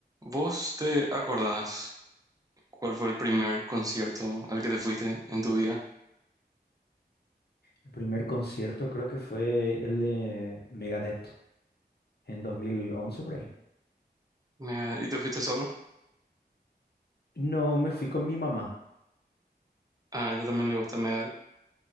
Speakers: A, on the right; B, on the left.
A: ¿Vos te acordás cuál fue el primer concierto al que te fuiste en tu vida?
B: El primer concierto creo que fue el de Megadeth en 2011 por ahí.
A: Megadeth. ¿Y te fuiste solo?
B: No, me fui con mi mamá.
A: Ah, yo también le gusta Megadeth.